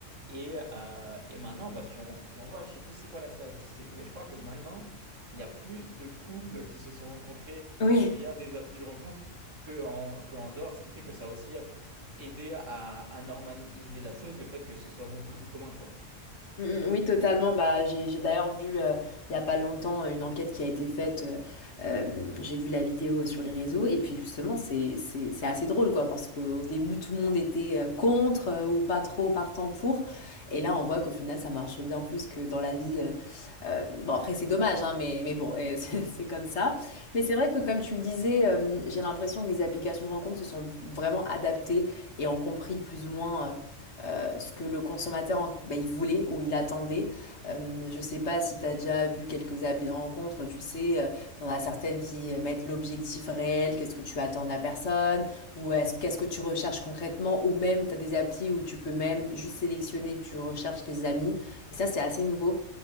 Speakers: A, on the right; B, on the left.
A: Et, euh, et maintenant, bah, si on, si on voit, je sais plus c'est quoi la statistique, mais je crois que maintenant, il y a plus de couples qui se sont rencontrés
B: Oui.
A: via des applis de rencontre que en, que en dehors, ce qui fait que ça a aussi aidé à, à normaliser la chose, le fait que ce soit beaucoup plus commun, quoi.
B: Mm, mm, Oui, totalement. Bah, j'ai j'ai d'ailleurs vu euh, il y a pas longtemps euh, une enquête qui a été faite. euh, euh, j'ai vu la vidéo sur les réseaux et puis justement c'est c'est c'est assez drôle quoi parce qu'au début tout le monde était euh, contre euh, ou pas trop partant pour et là on voit qu'au final ça marche bien plus que dans la vie. euh, euh, bon après c'est dommage hein, mais mais bon euh, <laughs> c'est c'est comme ça. Mais c'est vrai que comme tu le disais euh, j'ai l'impression que les applications de rencontres se sont vraiment adaptées et ont compris plus ou moins. euh, ce que le consommateur en- bah, il voulait ou il attendait. Euh, je sais pas si tu as déjà vu quelques applis de rencontre, tu sais, euh, t'en as certaines qui euh, mettent l'objectif réel, qu'est-ce que tu attends de la personne, ou est-ce qu'est-ce que tu recherches concrètement, ou même tu as des applis où tu peux même juste sélectionner que tu recherches tes amis. Et ça, c'est assez nouveau.